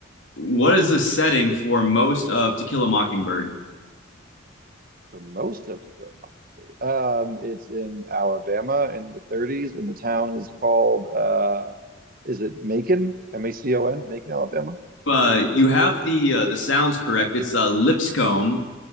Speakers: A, on the left (about 65°); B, on the right (about 45°).
A: what is the setting for most of To Kill a Mockingbird?
B: for most of To Kill a Mockingbird. Um, it's in Alabama in the 30s, and the town is called uh, is it Macon? M A C O N, Macon, Alabama.
A: Uh you have the uh, the sounds correct. It's uh Lipscomb